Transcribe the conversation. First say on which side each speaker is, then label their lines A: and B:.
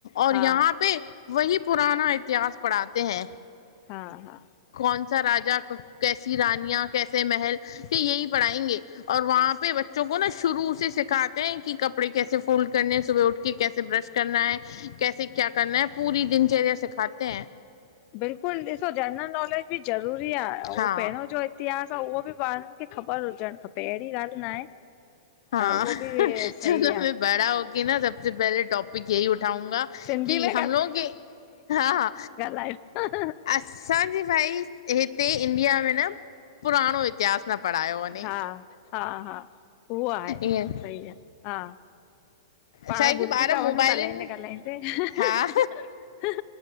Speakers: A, on the left (about 70°); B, on the left (about 35°).
A: और
B: हा
A: यहाँ पे वही पुराना इतिहास पढ़ाते हे
B: हा हा
A: कोनसा राजा कैसी रानीया कैसे महल यही पढ़ायेगे और वहा पे बच्चो को न शुरू से सिखाते हें की कपड़े कैसे फोल्ड करने हे सुबह उठ कर कैसे ब्रश करना हे कैसे क्या करना हे, पूरी दिनचर्या सिखाते हे।
B: बिल्कुलु ॾिसो जनरल नॉलेज बि ज़रूरी आ उहो
A: हाँ
B: पहिरियों जो ईतीहास आ उहो बि ॿारनि खे ख़बर हुजणु खपे अहिड़ी ॻाल्हि न आहे
A: हा,
B: उहो
A: चवंदो
B: बि सही
A: आ
B: आहे
A: मैं बड़ा होके न सबसे पहले टॉप पिक ये ही उठाउंगा
B: सिंधी
A: की
B: में
A: हमलोग के हा हा
B: हंहंहं <inaudible>
A: असांजी भाई हिते इंडिया में न पुराणो इतिहास न पढ़ायो वञे
B: हा हा हा उहो आहे
A: ईअं
B: सही आहे हा पाण
A: छा आहे की
B: भुलजी
A: ॿार
B: था
A: मोबाइलनि
B: वञूं ॻाल्हाईंदे ॻाल्हाईंदे हंहंहं
A: हा